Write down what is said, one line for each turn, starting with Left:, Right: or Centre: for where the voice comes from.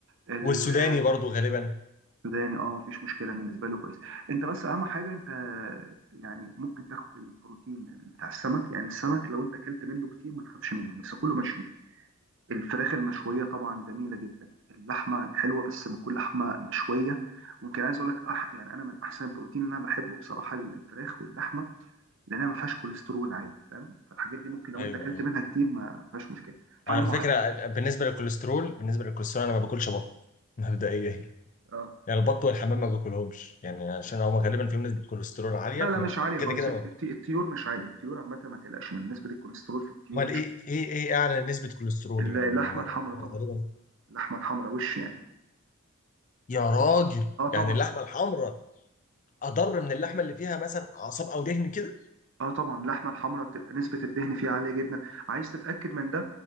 Right: السوداني
Left: والسوداني برضو غالبا
Right: اه مفيش مشكله بالنسبه له كويس انت بس اهم حاجه انت يعني ممكن تاخد البروتين بتاع السمك يعني السمك لو انت اكلت منه كتير ما تخافش منه بس كله مشوي الفراخ المشوية طبعا جميلة جدا اللحمة حلوة بس بكل لحمة مشوية ممكن عايز اقول لك أح... يعني انا من احسن البروتين اللي انا بحبه بصراحة الفراخ واللحمة لانها ما فيهاش كوليسترول عالي فاهم فالحاجات دي ممكن لو
Left: ايوه
Right: انت اكلت
Left: ايوه
Right: منها كتير ما فيهاش مشكلة فالمعادلة
Left: على فكره بالنسبه للكوليسترول بالنسبه للكوليسترول انا ما باكلش بط مبدئيا
Right: اه
Left: يعني البط والحمام ما باكلهمش يعني عشان هما غالبا فيهم نسبه كوليسترول عاليه
Right: لا
Left: فانا
Right: لا مش عالية
Left: كده
Right: خالص
Left: كده
Right: الت-
Left: ما باكلهم
Right: الطيور مش عالية الطيور عامة ما تقلقش من نسبة الكوليسترول في الطيور
Left: امال
Right: مش
Left: ايه ايه ايه اعلى نسبه كوليسترول
Right: اللحمة
Left: يعني ما هو
Right: الحمراء
Left: هو
Right: طبعا
Left: غالبا
Right: اللحمة الحمراء وش يعني
Left: يا راجل
Right: اه طبعا
Left: يعني اللحمه الحمراء اضر من اللحمه اللي فيها مثلا اعصاب او دهن كده
Right: اه طبعا اللحمه الحمراء بتبقى نسبه الدهن فيها عاليه جدا عايز تتاكد من ده